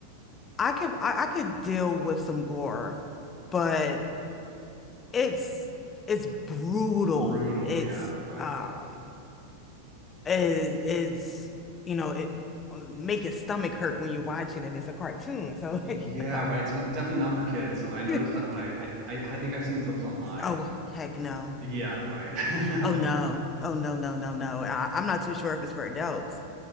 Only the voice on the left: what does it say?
I could I, I could deal with some gore, but it's it's brutal.
It's
um it, it's you know it make your stomach hurt when you're watching and it's a cartoon. So
<laughs> like you
know. <laughs>
Oh heck no.
Oh no. Oh no no no no. I, I'm not too sure if it's for adults.